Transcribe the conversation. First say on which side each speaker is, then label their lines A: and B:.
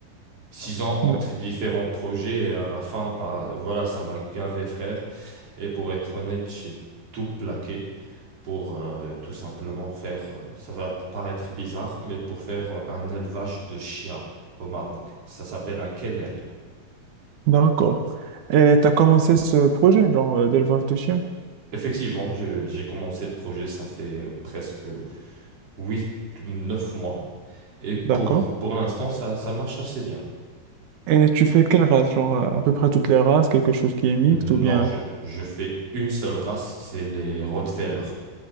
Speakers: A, on the right; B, on the right.
A: six ans entre
B: D-
A: différents projets et à la fin, bah, voilà, ça m'a gavé, frère. Et pour être honnête, j'ai tout plaqué. pour euh, tout simplement faire, euh, ça va te paraître bizarre, mais pour faire euh, un élevage de chiens au Maroc. Ça s'appelle un kennel.
B: D'accord. Et tu as commencé ce projet, genre euh, d'élevage de chiens.
A: Effectivement, je- j'ai commencé le projet, ça fait euh, presque huit, neuf mois. Et pour,
B: D'accord.
A: pour l'instant, ça, ça marche assez bien.
B: Et tu fais quelle race? Genre euh, à peu près toutes les races, quelque chose qui est mixte
A: Non,
B: ou bien...
A: je, je fais une seule race, c'est les Rottweiler.